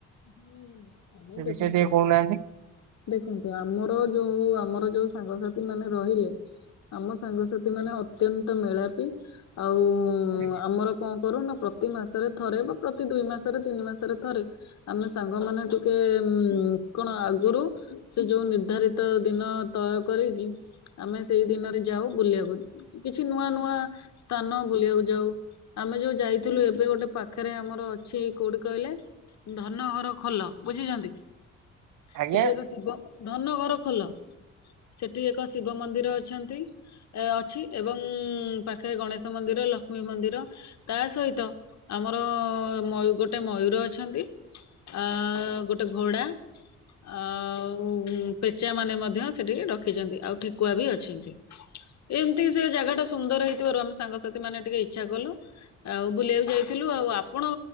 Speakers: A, on the left; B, on the right.
A: ହୁଁ, ଆମେ
B: ସେ ବିଷୟରେ
A: ଦେଖନ୍ତୁ
B: ଟିକେ କହୁନାହାନ୍ତି।
A: ଦେଖନ୍ତୁ ଆମର ଯୋଉ ଆମର ଯୋଉ ସାଙ୍ଗସାଥି ମାନେ ରହିଲେ ଆମ ସାଙ୍ଗସାଥି ମାନେ ଅତ୍ୟନ୍ତ ମେଳାପି। ଆଉ ଉଁ,
B: ଆଜ୍ଞା
A: ଆମର କଣ କରୁ ନା ପ୍ରତି ମାସରେ ଥରେ ବା ପ୍ରତି ଦୁଇ ମାସରେ ତିନି ମାସରେ ଥରେ ଆମେ ସାଙ୍ଗମାନେ ଟିକେ ଉଁ, କଣ ଆଗରୁ ସେ ଯୋଉ ନିର୍ଦ୍ଧାରିତ ଦିନ ତୟ କରିକି ଆମେ ସେଇ ଦିନରେ ଯାଉ ବୁଲିବାକୁ କିଛି ନୂଆ ନୂଆ ସ୍ଥାନ ବୁଲିବାକୁ ଯାଉ ଆମେ ଯୋଉ ଯାଇଥିଲୁ ଏବେ ଗୋଟେ ପାଖରେ ଆମର ଅଛି କୋଉଠି କହିଲେ ଧନ ଘର ଖୋଲ ବୁଝିଚନ୍ତି
B: ଆଜ୍ଞା
A: ସେଠି ଏକ ଶିବ ଧନ ଘର ଖୋଲ, ସେଠି ଏକ ଶିବ ମନ୍ଦିର ଅଛନ୍ତି। ଏ ଅଛି ଏବଂ ପାଖରେ ଗଣେଶ ମନ୍ଦିର ଲକ୍ଷ୍ମୀ ମନ୍ଦିର ତା ସହିତ ଆମର ମ ଗୋଟେ ମୟୂର ଅଛନ୍ତି। ଅ ଗୋଟେ ଘୋଡ଼ା ଆଉ ପେଚା ମାନେ ମଧ୍ୟ ସେଠି ରଖିଚନ୍ତି ଆଉ ଠେକୁଆ ବି ଅଛନ୍ତି। ଏମିତି ସେ ଜାଗା ଟା ସୁନ୍ଦର ହେଇଥିବାରୁ ଆମେ ସାଙ୍ଗସାଥି ମାନେ ଟିକେ ଇଚ୍ଛା କଲୁ। ଆଉ ବୁଲିବାକୁ ଯାଇଥିଲୁ ଆଉ ଆପଣ